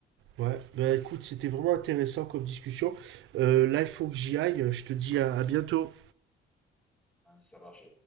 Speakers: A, on the right (about 75°); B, in the centre.
A: Ouais, bah écoute, c'était vraiment intéressant comme discussion. Euh, là il faut que j'y aille, je te dis à à bientôt.
B: Ouais, Ça marche.